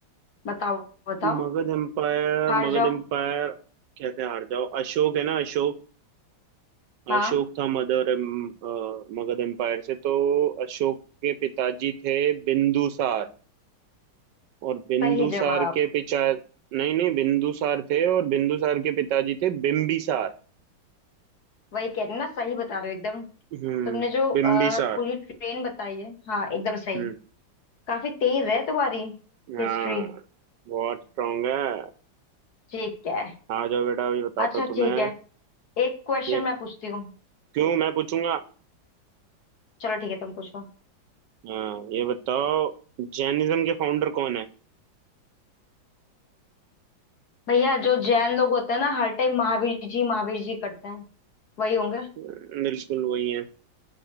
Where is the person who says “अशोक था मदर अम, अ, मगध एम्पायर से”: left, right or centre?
Right